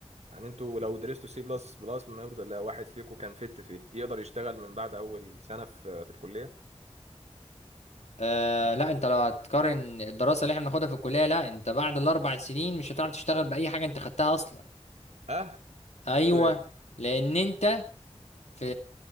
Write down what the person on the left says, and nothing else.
أه لا انت لو هتقارن الدراسه اللي احنا بناخدها في الكليه لا انت بعد الاربع سنين مش هتعرف تشتغل باي حاجه انت خدتها اصلا
ايوه
لان انت في